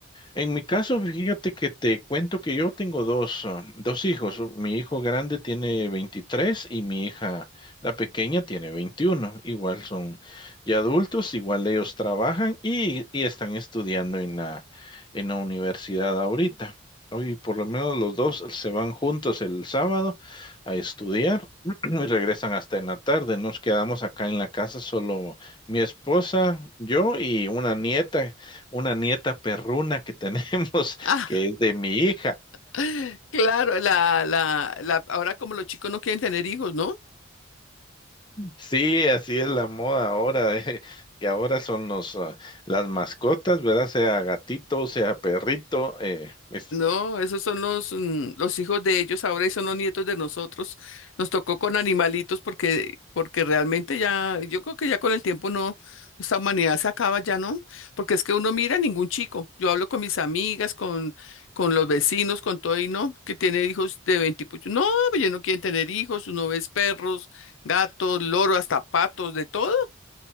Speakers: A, on the left; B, on the left.
A: En mi caso, fíjate que te cuento que yo tengo dos, ah, dos hijos. Mi hijo grande tiene 23 y mi hija, la pequeña, tiene 21. Igual son ya adultos, igual ellos trabajan y, y están estudiando en la, en la universidad ahorita. Hoy por lo menos los dos se van juntos el sábado a estudiar <clears throat> y regresan hasta en la tarde. Nos quedamos acá en la casa solo mi esposa, yo y una nieta una nieta perruna que tenemos,
B: Ah,
A: <laughs> que es de mi hija.
B: <laughs> claro, la, la, la, ahora como los chicos no quieren tener hijos, ¿no?
A: Sí, así es la moda ahora, eh, que ahora son los, ah, las mascotas, ¿verdad? Sea gatito, sea perrito. eh, es-
B: No, esos son los, mm, los hijos de ellos ahora y son los nietos de nosotros. Nos tocó con animalitos porque, porque realmente ya, yo creo que ya con el tiempo no, esta humanidad se acaba ya, ¿no? Porque es que uno mira ningún chico. Yo hablo con mis amigas, con, con los vecinos, con todo y no, que tiene hijos de 20 y pucho. No, pues ya no quieren tener hijos, uno ves perros, gatos, loros, hasta patos, de todo.